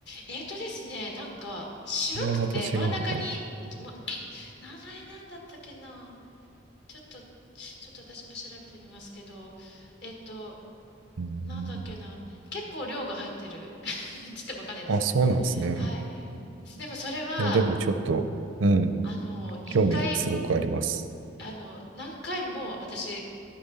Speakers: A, on the left; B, on the right.
A: えーとですね、なんか白くて真ん中に、
B: これはまた違うのかなう
A: もう名前なんだったっけな。ちょっと、ちょっと私も調べてみますけど、えっと、
B: ーん。
A: なんだっけな。結構量が入ってる。<laughs> ちょっとわかんないですよね。
B: あ、そうなんですね。
A: はい。でもそれは、
B: いや、でもちょっと、うん、
A: あの、一回、
B: 興味すごくあります。
A: あの、何回も私